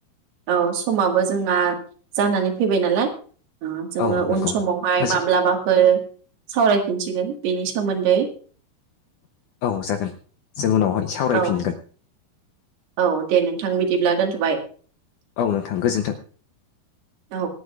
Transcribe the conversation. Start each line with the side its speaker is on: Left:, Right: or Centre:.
Right: औ समाबो जोंना जानानै फैबाय नालाय। ओ जोङो
Left: औ नंगौ
Right: उन समाव
Left: फोजोब
Right: माब्लाबाफोर सावरायफिनसिगोन बेनि सोमोन्दै।
Left: औ जागोन जों उनावहाय सावरायफिनगोन।
Right: औ औ दे नोंथां बिदिब्ला दोनथ'बाय।
Left: औ नोंथां गोजोन्थों।
Right: औ।